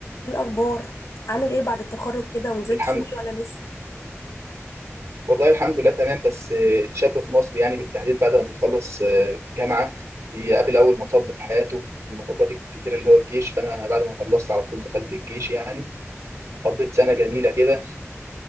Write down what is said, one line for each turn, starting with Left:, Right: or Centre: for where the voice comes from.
Left: إيه الأخبار عامل ايه بعد التخرج كده ونزلت
Right: الحمد
Left: شغل ولا لسه
Right: والله الحمد لله تمام بس آه، الشاب في مصر يعني بالتحديد بعد ما بيخلص آه، جامعة بيقابل أول مطب في حياته من المطبات الكتير اللي هو الجيش فأنا بعد ما خلصت على طول دخلت الجيش يعني قضيت سنة جميلة كده